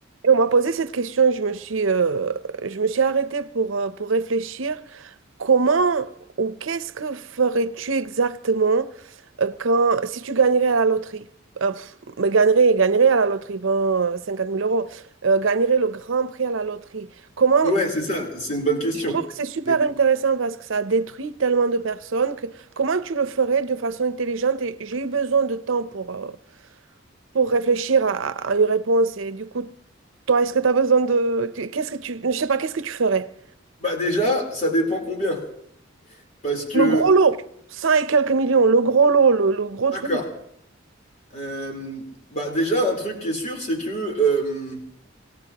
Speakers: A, on the right (about 80°); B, on the left (about 40°).
A: Et on m'a posé cette question et je me suis, euh, je me suis arrêtée pour, euh, pour réfléchir. Comment ou qu'est-ce que ferais-tu exactement euh, quand, si tu gagnerais à la loterie? Euh, pff, mais gagnerais, gagnerais à la loterie, ben, euh, 50 000 euros. Euh, gagnerais le grand prix à la loterie. Comment,
B: Ouais, c'est ça, c'est une bonne question.
A: je trouve que c'est super
B: Et-
A: intéressant parce que ça détruit tellement de personnes que comment tu le ferais d'une façon intelligente? Et j'ai eu besoin de temps pour, euh, pour réfléchir à, à une réponse. Et du coup, toi, est-ce que tu as besoin de... tu- Qu'est-ce que tu... Je sais pas, qu'est-ce que tu ferais?
B: Bah déjà, ça dépend combien. Parce que,
A: Le gros lot, 100 et quelques millions, le gros lot, le, le gros
B: d'accord.
A: truc.
B: Euh, bah déjà, un truc qui est sûr, c'est que euh,